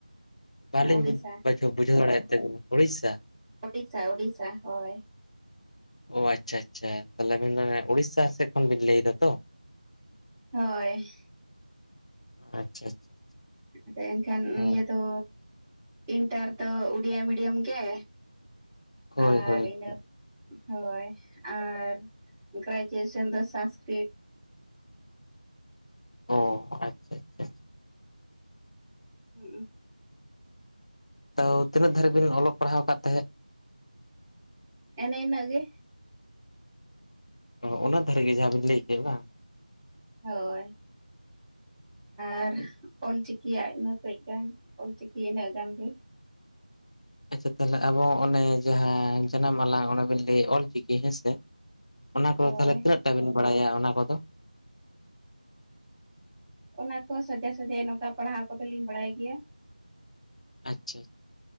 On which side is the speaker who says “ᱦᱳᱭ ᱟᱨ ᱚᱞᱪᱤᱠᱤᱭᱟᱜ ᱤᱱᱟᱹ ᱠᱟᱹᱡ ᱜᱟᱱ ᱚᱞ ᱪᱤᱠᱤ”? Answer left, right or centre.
Centre